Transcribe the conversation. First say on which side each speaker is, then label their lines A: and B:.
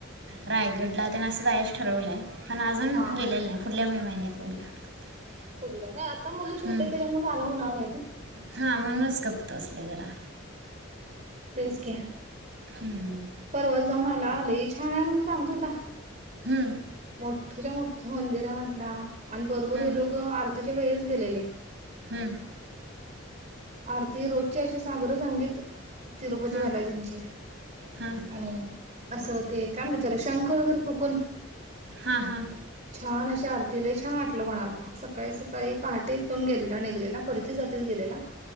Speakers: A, on the right (about 60°); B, on the right (about 35°).
A: रायगड ला तेन असं जायच ठरवलंय. पण अजून
B: हा
A: गेलेले नाही, फुडल्या मे महिन्यात. ेते आहे <unintelligible>
B: फुडल्या काय. आता मुलं छोटे
A: हम्म
B: त्याच्यामुळे जाणं होणार नाही
A: हा म्हणूनच गप्प तो असतोय जरा.
B: तेच की.
A: हं.
B: परवाच जाऊन आला लई छान आहे, म्हणून सांगत होता.
A: हम्म.
B: मोठच्या-मोठ मंदिर आहे म्हंटला आणि बरोबर
A: हं.
B: हे लोक आरतीच्या वेळीच गेलेले.
A: हं.
B: आरती रोजची अशी सागरं-संगीत तिरुपती
A: हं.
B: बालाजींची.
A: हं.
B: आणि असं ते काय म्हणतेलं शंख वगैरे फुकून
A: हां हां हां
B: छान अशा आरतीला छान वाटलं म्हणालता सकाळी सकाळी पहाटे हितून गेलेला निघलेला परीक्षेसाठीच गेलेला.